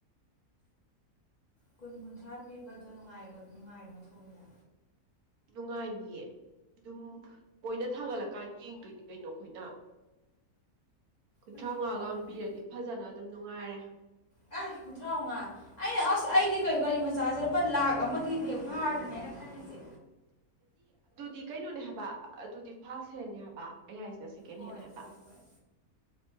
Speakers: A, on the left; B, on the right.
A: ꯀꯨꯟ ꯀꯨꯟꯊ꯭ꯔꯥ ꯄꯤꯕꯗꯣ ꯅꯨꯡꯉꯥꯏꯕ ꯊꯧꯕꯗ
B: ꯅꯨꯡꯉꯥꯏꯅꯤꯌꯦ ꯑꯗꯨꯝ ꯑꯣꯏꯅ ꯊꯥꯒꯠꯂꯛꯀꯥꯟ ꯌꯦꯡꯒꯅꯤ ꯀꯩꯅꯣ ꯑꯩꯈꯣꯏꯅ ꯀꯨꯟꯊ꯭ꯔꯥ
A: ꯑꯩꯁꯨ
B: ꯃꯉꯥꯒ
A: ꯄꯥꯝꯃꯦ
B: ꯄꯤꯔꯗꯤ ꯐꯖꯅ ꯑꯗꯨꯝ ꯅꯨꯡꯉꯥꯏꯔꯦ
A: ꯑꯥꯏ ꯀꯨꯟꯊ꯭ꯔꯥ ꯃꯉꯥ ꯑꯩꯅ ꯑꯁ ꯑꯩꯗꯤ ꯀꯔꯤ ꯒꯥꯔꯤ ꯃꯆꯥꯁꯦ ꯂꯨꯄꯥ ꯂꯥꯛ ꯑꯃꯒꯤ ꯅ ꯐꯥꯔꯗꯅꯦ ꯑꯩꯅ ꯈꯜꯂꯤꯁꯦ
B: ꯗꯤ ꯀꯩꯅꯣꯅꯦ ꯍꯥꯏꯕ ꯑꯗꯨꯗꯤ ꯐꯥꯔꯁ ꯍꯦꯟꯅꯦ ꯍꯥꯏꯕ ꯑꯩꯌꯥꯁꯤꯗ ꯁꯦꯀꯦꯟ
A: ꯍꯣꯏ
B: ꯍꯦꯟ ꯍꯥꯏꯕ
A: ꯍꯣꯏ ꯍꯣꯏ